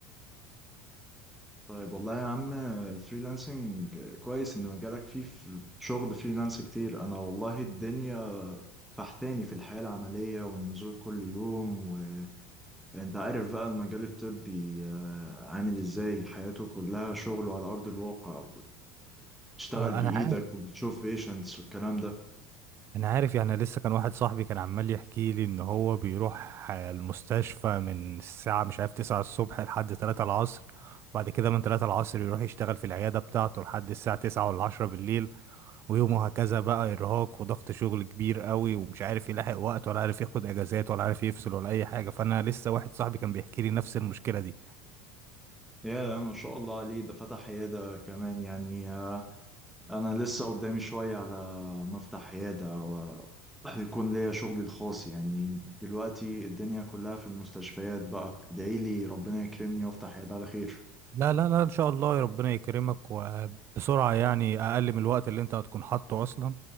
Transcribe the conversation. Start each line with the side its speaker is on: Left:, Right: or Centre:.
Centre: طيب والله يا عم الفريلانسنج كويس ان مجالك فيه في شغل فريلانس كتير انا والله الدنيا فحتاني في الحياة العملية والنزول كل يوم وانت عارف بقى المجال الطبي آه، عامل ازاي حياته كلها شغل على ارض الواقع وتشتغل
Right: آه،
Centre: بايدك
Right: انا عارف
Centre: وبتشوف بيشنتس والكلام ده
Right: انا عارف يعني لسه كان واحد صاحبي كان عمال يحكي لي ان هو بيروح آه، المستشفى من الساعه مش عارف 9 الصبح لحد 3 العصر بعد كده من 3 العصر يروح يشتغل في العياده بتاعته لحد الساعه 9 ولا 10 بالليل ويومه هكذا بقى إرهاق وضغط شغل كبير قوي ومش عارف يلاحق وقت ولا عارف ياخد أجازات ولا عارف يفصل ولا أي حاجة فأنا لسه واحد صاحبي كان بيحكي لي نفس المشكلة دي
Centre: يا ما شاء الله عليه ده فتح عيادة كمان يعني انا لسه قدامي شوية على ما افتح عيادة ويكون ليا شغلي الخاص يعني دلوقتي الدنيا كلها في المستشفيات بقى ادعي لي ربنا يكرمني وافتح عيادة على خير
Right: لا لا لا إن شاء الله ربنا يكرمك وبسرعة يعني أقل من الوقت اللي أنت هتكون حاطه أصلا